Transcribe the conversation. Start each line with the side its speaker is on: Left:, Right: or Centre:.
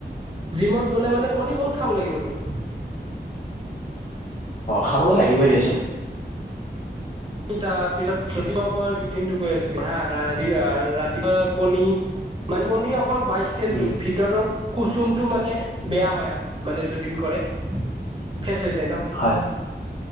Right: জিমত গ'লে মানে কণী বহুত খাব লাগিব। টো।
Left: খাবলৈ লাগিবই দিয়াচোন।
Right: তাৰ পিছত মই ৰুটিন টো গৈ আছো। হা ৰা ৰাতিপুৱা কণী মান কণী অকল হোৱাইট চলটো
Left: উম
Right: ভিতৰৰ কুচুমটো মানে বেয়া হয় মানে চজিন কৰে। ফেটচ হৈ জাই ন
Left: হয়